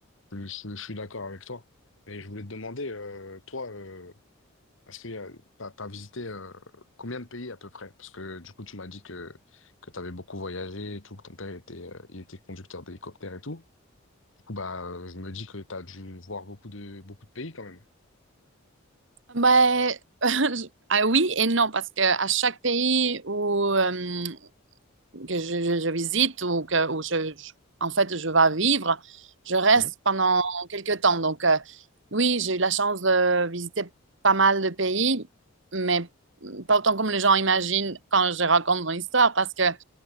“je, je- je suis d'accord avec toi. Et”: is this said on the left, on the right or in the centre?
Left